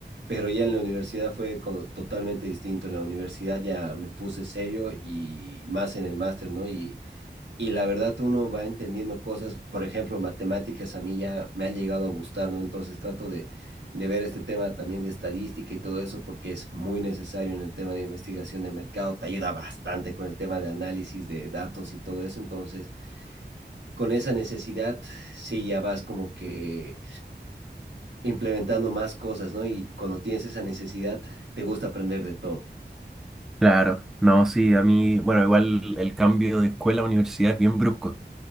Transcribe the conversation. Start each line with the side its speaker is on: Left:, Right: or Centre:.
Right: pero ya en la universidad fue con- totalmente distinto. En la universidad ya me puse serio y más en el máster, ¿no? Y y la verdad uno va entendiendo cosas, por ejemplo, matemáticas a mí ya me ha llegado a gustar, ¿no? Entonces trato de, de ver este tema también de estadística y todo eso porque es muy necesario en el tema de investigación de mercado, te ayuda bastante con el tema de análisis de datos y todo eso, entonces con esa necesidad sí ya vas como que implementando más cosas, ¿no? Y cuando tienes esa necesidad, te gusta aprender de todo.
Centre: Claro, no, sí, a mí, bueno, igual el cambio de escuela a universidad es bien brusco,